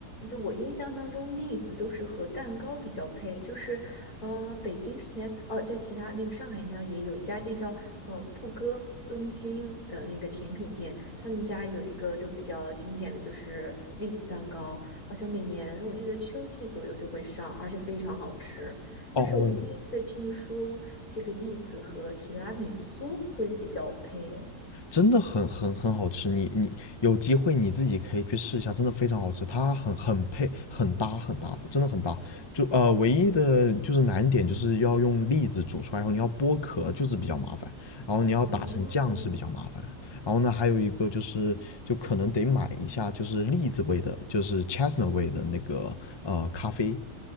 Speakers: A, on the left (about 65°); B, on the left (about 35°).
A: 对我印象当中栗子都是和蛋糕比较配，就是呃，北京之前哦，在其他那个上海应该也有一家店叫呃布哥东京的那个甜品店，他们家有一个就比较经典的就是栗子蛋糕，好像每年我记得秋季左右就会上，而且非常好吃。但是我第一次听说这个栗子和提拉米苏会比较配诶
B: 哦，真的很很很好吃，你你有机会你自己可以去试一下，真的非常好吃，它很很配，很搭很搭的，真的很搭。就呃，唯一的就是难点就是要用栗子煮出来后，你要剥壳就是比较麻烦，然后你要打成酱是比较麻烦。
A: 哦，
B: 然后呢，还有一个就是就可能得买一下就是栗子味的，就是 chestnut 味的那个呃咖啡